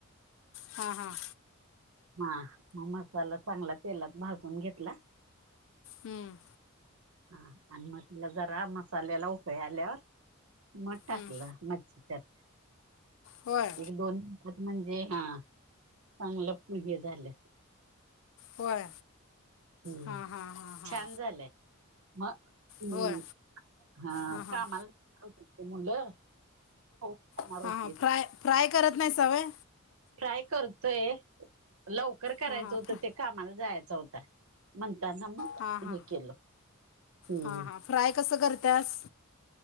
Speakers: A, on the left; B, on the right.
A: हा हा.
B: हा. मग मसाला चांगला तेलात भाजून घेतला.
A: हम्म.
B: हा. आणि मग तिला जरा मसाल्याला उकळी आल्यावर. मग टाकलं
A: हं,
B: मच्छी त्यात.
A: होय
B: एक दोन. <unintelligible> म्हणजे हा. चांगलं पुजे झाले.
A: होय
B: हम्म.
A: हां हां हां हां
B: छान झालंय. मग हम्.
A: होय
B: हा.
A: हां हां
B: कामाला मुलं. हो करणार
A: हा
B: होती
A: हा. फ्राय-फ्राय करत नाहीसा होय.
B: फ्राय करतोय. लवकर करायचं
A: हां हां
B: होत
A: फ्रा
B: ते. कामाला जायचा होता. म्हणताना मग
A: हा हा.
B: हे केलं हम्म
A: हा हा. फ्राय कसं करत्यास?